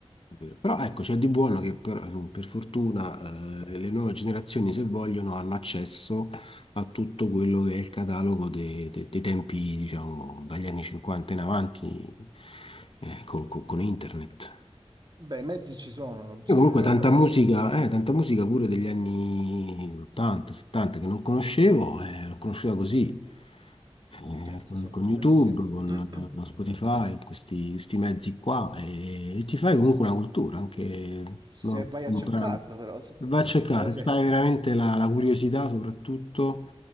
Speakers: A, on the left (about 55°); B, on the right (about 40°).
A: vero. Però ecco, c'è di buono che per, per fortuna eh, le nuove generazioni, se vogliono, hanno accesso a tutto quello che è il catalogo de- de- dei tempi, diciamo, dagli anni 50 in avanti eh, co- co- con, internet.
B: Beh, i mezzi ci sono, bisogna
A: Io comunque
B: vedere
A: tanta
B: però se
A: musica,
B: c'è...
A: eh, tanta musica pure degli anni 80, 70 che non conoscevo, eh, l'ho conosciuta così, eh,
B: Certo,
A: con,
B: sì,
A: con YouTube,
B: questo sì.
A: con,
B: <clears throat>
A: con Spotify, questi, questi mezzi qua, e,
B: S-
A: e ti fai comunque una cultura, anche
B: Se
A: no,
B: vai
A: un
B: a cercarlo,
A: brano.
B: però, se-
A: Va a cercare,
B: secondo me se...
A: se hai veramente la, la curiosità soprattutto,